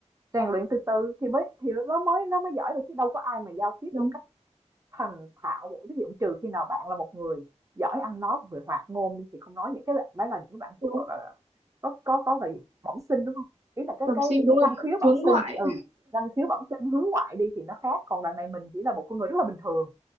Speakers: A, on the right; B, on the right.
A: rèn luyện từ từ thì mới thì nó mới nó mới giỏi được chứ đâu có ai mà giao tiếp
B: đúng
A: một cách thành thạo được. ví dụ trừ khi nào bạn là một người giỏi ăn nói một người hoạt ngôn đi thì không nói những cái bạn đấy là những cái bạn
B: đúng.
A: thuộc gọi là có có có là gì bẩm sinh đúng không ý là cái
B: bẩm
A: cái
B: sinh đúng
A: cái
B: rồi
A: năng khiếu bẩm
B: hướng ngoại
A: sinh ừ năng khiếu bẩm sinh hướng ngoại đi thì nó khác còn đằng này mình chỉ là một con người rất là bình thường